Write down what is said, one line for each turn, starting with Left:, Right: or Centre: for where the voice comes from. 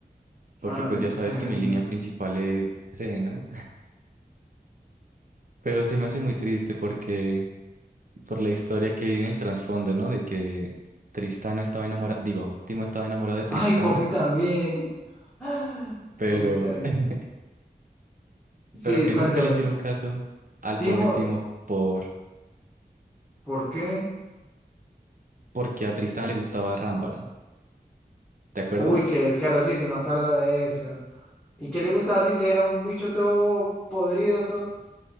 Right: porque
Centre: Ah, no,
Right: pues
Centre: mientras
Right: ya sabes
Centre: casi
Right: que mi línea
Centre: no.
Right: principal es ese, ¿no? Pero se me hace muy triste porque, por la historia que hay en el trasfondo, ¿no? De que Tristana estaba enamorada, digo, Timo estaba enamorado de Tristana,
Centre: Ay, Poppy también. <gasps> Ah,
Right: pero,
Centre: Poppy también.
Right: <laughs>
Centre: Sí,
Right: pero que
Centre: cuéntame.
Right: nunca le hicieron caso al
Centre: Timo,
Right: pobre Timo por,
Centre: ¿por qué?
Right: porque a Tristana le gustaba Rumble. ¿Te acuerdas?
Centre: Uy, qué descaro, sí, sí, me acuerdo de eso. ¿Y qué le gustaba si ese era un bicho todo podrido, todo